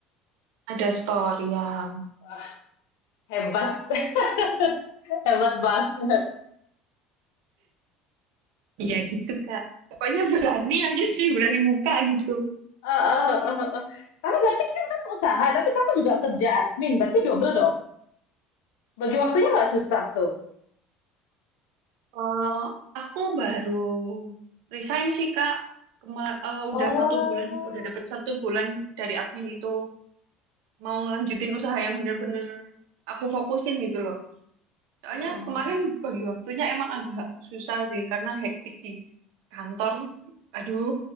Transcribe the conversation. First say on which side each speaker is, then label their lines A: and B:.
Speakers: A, on the right (about 80°); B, on the left (about 85°).
A: Ada storyan.
B: Wah, hebat, <laughs> hebat banget.
A: Iya gitu Kak. Pokoknya berani aja sih, berani buka gitu.
B: Eh, eh, eh, eh. eh. Tapi berarti kan kamu usaha, tapi kamu juga kerja admin, berarti double dong. Bagi waktunya nggak susah tuh.
A: Eh, aku baru resign sih Kak. Kema- eh, udah
B: Oh.
A: satu bulan, udah dapat satu bulan dari admin itu mau ngelanjutin usaha yang bener-bener aku fokusin gitu loh. Soalnya
B: Mm-mm,
A: kemarin bagi waktunya emang agak susah sih karena hektik di kantor. Aduh,